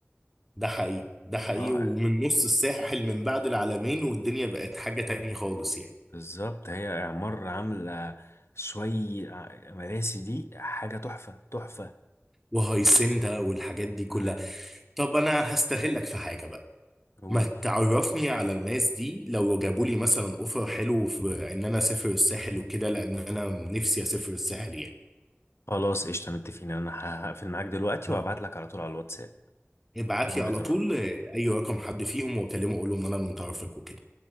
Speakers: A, in the centre; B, on the left.
A: ده حقيقي ده حقيقي
B: اه
A: ومن نص الساحل من بعد العالمين والدنيا بقت حاجة تانية خالص يعني
B: بالظبط هي اعمار عامله شوي ع- مراسي دي حاجه تحفه تحفه
A: وهيسندا والحاجات دي كلها
B: امم
A: طب انا هستغلك في حاجة بقى
B: قول
A: ما تعرفني على الناس دي لو جابوا لي مثلا اوفر حلو في ان انا اسافر الساحل وكده لان انا نفسي اسافر الساحل يعني
B: خلاص قشطه متفقين انا هقفل معاك دلوقتي
A: اه
B: وابعت لك على طول على الواتساب
A: ابعت
B: نمره
A: لي على
B: الراجل
A: طول آه، اي رقم حد فيهم واكلمه اقول له ان انا من طرفك وكده